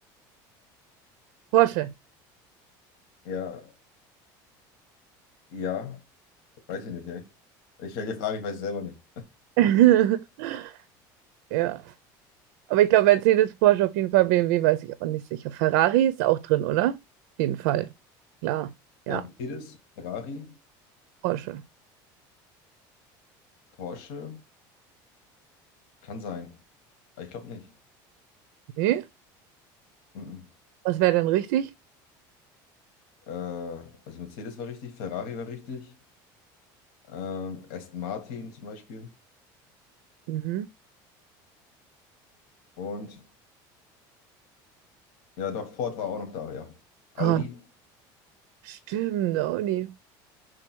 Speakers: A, on the right (about 80°); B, on the left (about 70°).
A: Porsche.
B: ja, ja, weiß ich nicht, ey. Ich stelle dir Fragen, ich weiß es selber nicht.
A: <laughs> Ja. Aber ich glaube, Mercedes, Porsche auf jeden Fall, BMW weiß ich auch nicht sicher. Ferrari ist auch drin, oder? Auf jeden Fall. Klar.
B: Ja,
A: Ja.
B: Mercedes, Ferrari,
A: Porsche.
B: Porsche, kann sein. Aber ich glaube nicht.
A: Nee?
B: Mhm.
A: Was wäre denn richtig?
B: Äh, also Mercedes war richtig, Ferrari war richtig. ähm, Aston Martin zum Beispiel.
A: Mhm.
B: Und ja, doch, Ford war auch noch da, ja. Audi.
A: Krass. Stimmt, Audi.